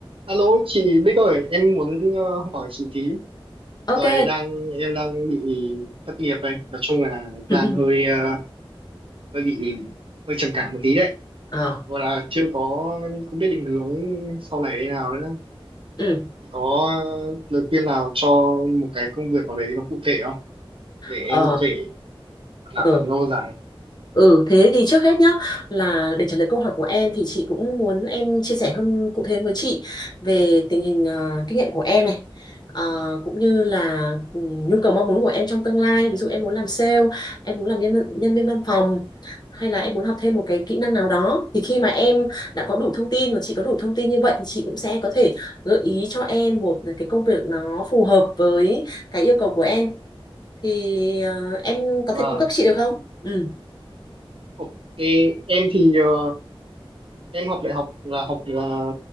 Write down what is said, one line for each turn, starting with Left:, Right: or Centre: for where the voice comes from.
Right: Alo chị Bích ơi, em muốn ờ, hỏi chị tí.
Left: ok
Right: Rồi đang em đang bị thất nghiệp đây, nói chung là đang
Left: <laughs>
Right: hơi ờ, hơi bị hơi trầm cảm một tí đấy.
Left: ờ
Right: Gọi là chưa có không biết định hướng sau này thế nào nữa.
Left: ừ
Right: Chị có lời khuyên nào cho một cái công việc nào đấy nó cụ thể không để
Left: ờ
Right: em có thể làm
Left: ừ
Right: lâu dài.
Left: ừ thế thì trước hết nhá là để trả lời câu hỏi của em thì chị cũng muốn em chia sẻ hơn cụ thể với chị về tình hình ờ, kinh nghiệm của em này Ờ, cũng như là ừ, nhu cầu mong muốn của em trong tương lai ví dụ em muốn làm sale em muốn làm nhân, nhân viên văn phòng hay là em muốn học thêm một cái kỹ năng nào đó thì khi mà em đã có đủ thông tin và chị có đủ thông tin như vậy thì chị cũng sẽ có thể gợi ý cho em một cái công việc nó phù hợp với cái yêu cầu của em thì ờ, em có
Right: Vâng.
Left: thể cung cấp chị được không? Ừ,
Right: Ok, em thì ờ, em học đại học là học là